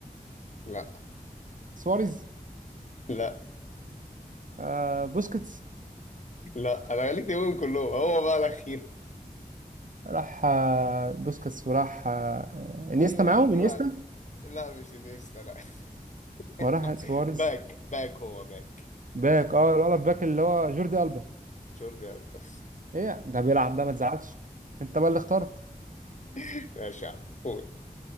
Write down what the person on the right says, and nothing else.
سواريز
آه بوسكيتس
راح آه بوسكيتس وراح آه انيستا
معاهم
انيستا
وراح سواريز
باك اه الولد باك اللي هو جوردي ألبا
ايه ده بيلعب بقى ما تزعلش انت بقى اللي اخترت